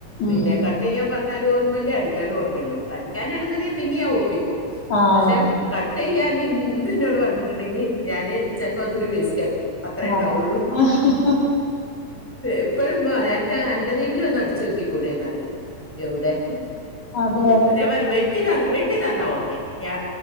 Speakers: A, in the centre; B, on the left.
A: പിന്നെ
B: ഉം
A: കട്ട് ചെയ്യാൻ പറഞ്ഞാലും ഓർമ്മയില്ല അടിക്കാനും ഓർമ്മയില്ല അടിക്കാനാണെന്നെങ്കിൽ പിന്നെയാ ഞാൻ ഒപ്പിക്കും.
B: ആഹ
A: പക്ഷെ കട്ട് ചെയ്യാൻ ഇന്ന്ന്നോട് പറഞ്ഞിട്ടുണ്ടെങ്കിൽ ഞാന് ചിലപ്പോ ആ തുണി വേസ്റ്റ് ആക്കും അത്രേ
B: ആഹ്
A: ഉണ്ടാവുള്ളൂ
B: ആഹ്
A: എപ്പോഴും മമപറയും അനക്ക് അന്റെ തെങ്കിലും ഒന്ന് അടിച്ച്നോക്കികൂടെ ന്നറെം എവിടെ
B: അതെ അതെ
A: ഞാ പറഞ്ഞ് വെട്ടി തന്ന വെട്ടി തന്നാ ഓക്കെ ഞ